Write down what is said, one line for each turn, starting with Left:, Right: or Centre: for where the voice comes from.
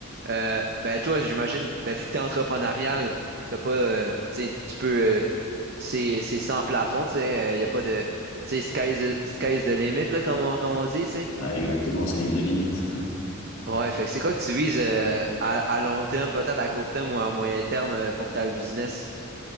Right: Euh, ben, toi, j'imagine, ben, vu que t'es entrepreneurial, t'as pas, euh, tu sais, tu peux, euh, c'est c'est sans plafond, tu sais, il n'y a pas de, tu sais, sky's, sky's the limit, là, comme on, comme on dit, tu sais.
Left: Ah, exactement, sky de limite.
Right: Ouais, fait que c'est quoi que tu vises euh, à, à long terme, peut-être à court terme ou à moyen terme euh, pour ta business?